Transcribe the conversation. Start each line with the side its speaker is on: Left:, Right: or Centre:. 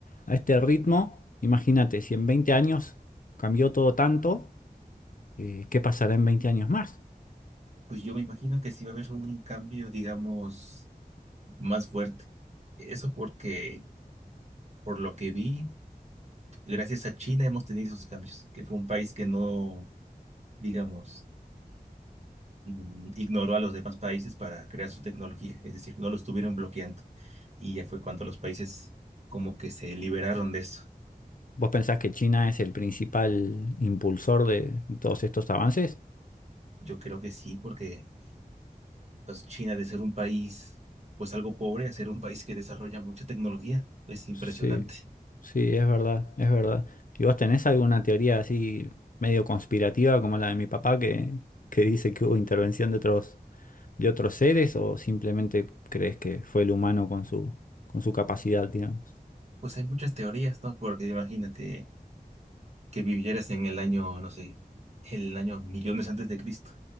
Left: a este ritmo, imagínate, si en 20 años cambió todo tanto, eh, ¿qué pasará en 20 años más?
Right: Pues yo me imagino que sí va a haber un cambio, digamos, más fuerte. Eso porque, por lo que vi, gracias a China hemos tenido esos cambios, que fue un país que no, digamos, mm, ignoró a los demás países para crear su tecnología, es decir, no lo estuvieron bloqueando. Y ya fue cuando los países como que se liberaron de eso.
Left: ¿Vos pensás que China es el principal impulsor de todos estos avances?
Right: Yo creo que sí, porque pues China de ser un país, pues algo pobre, a ser un país que desarrolla mucha tecnología, es impresionante.
Left: Sí, sí, es verdad, es verdad. ¿Y vos tenés alguna teoría así medio conspirativa como la de mi papá que, que dice que hubo intervención de otros, de otros seres o simplemente crees que fue el humano con su, con su capacidad, digamos?
Right: Pues hay muchas teorías, ¿no? Porque imagínate. que vivieras en el año, no sé, el año millones antes de Cristo,